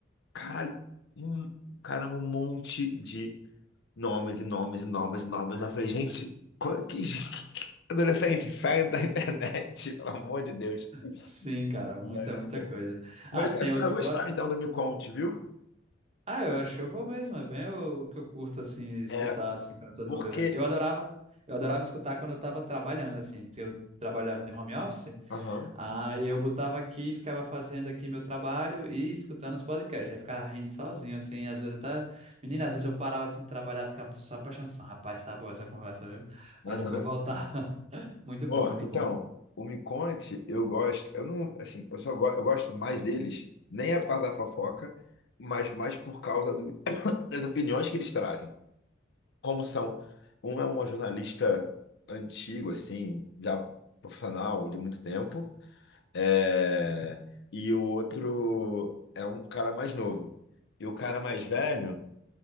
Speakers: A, on the left; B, on the right.
A: Caralho, hum, caramba, um monte de nomes e nomes e nomes e nomes. Eu falei, gente, qual- que, que- que- adolescente, saia da internet, <laughs> pelo amor de Deus.
B: Sim, cara, muita,
A: Não, é muito
B: muita
A: bom.
B: coisa.
A: Mas
B: Ah, tem
A: acho que
B: outro
A: tu vai gostar,
B: que eu, ad-
A: então, do Me Conte, viu?
B: Ah, eu acho que eu vou mesmo. É bem o o que eu curto, assim, escutar,
A: É,
B: assim, quando eu tô de
A: porque...
B: bobeira. Eu adorava, eu adorava escutar quando eu tava trabalhando, assim, porque eu trabalhava de home office.
A: Aham,
B: Aí eu botava aqui, ficava fazendo aqui meu trabalho e escutando os podcasts. Aí ficava rindo sozinho, assim, às vezes até... Menina, às vezes eu parava, assim, de trabalhar, ficava só prestando atenção. Rapaz, tá boa essa conversa, viu?
A: aham.
B: Aí depois voltava. <laughs> Muito
A: Ó,
B: bom, muito
A: então,
B: bom.
A: o Me Conte, eu gosto... Eu não, assim, eu só go- eu gosto mais deles, nem é por causa da fofoca, mas mais por causa do- <coughs> das opiniões que eles trazem. como são. Um é uma jornalista antigo, assim, já profissional de muito tempo, é, e o outro é um cara mais novo. E o cara mais velho